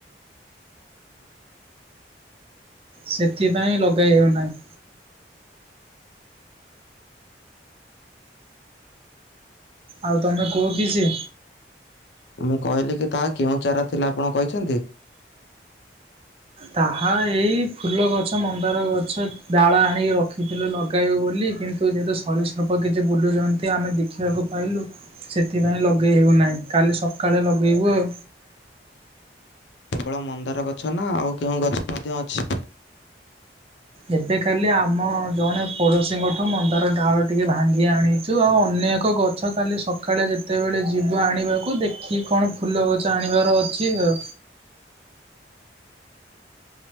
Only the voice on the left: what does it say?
ମୁଁ କହିଲି କି ତାହା କେଉଁ ଚାରା ଥିଲା ଆପଣ କହିଛନ୍ତି?
କେବଳ ମନ୍ଦାର ଗଛ ନା ଆଉ କେଉଁ ଗଛ ମଧ୍ୟ ଅଛି?